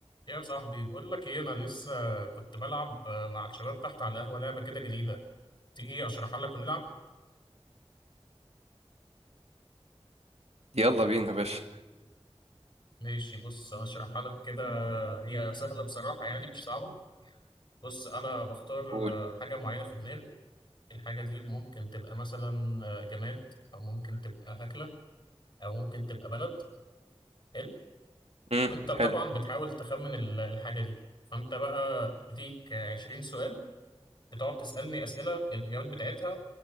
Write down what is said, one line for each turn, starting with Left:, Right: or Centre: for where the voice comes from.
Left: يا صاحبي بقول لك ايه انا لسه كنت بلعب مع الشباب تحت على القهوه لعبه كده جديده تيجي اشرحها لك ونلعب
Right: يلا بينا يا باشا
Left: ماشي بص اشرحها لك كده هي سهله بصراحه يعني مش صعبه بص انا بختار
Right: قول
Left: حاجه معينه في دماغي الحاجه دي ممكن تبقى مثلا جماد او ممكن تبقى اكله او ممكن تبقى بلد حلو
Right: امم
Left: وانت طبعا
Right: حلو
Left: بتحاول تخمن ال- الحاجه دي فانت بقى ليك 20 سؤال بتقعد تسالني اسئله الاجابات بتاعتها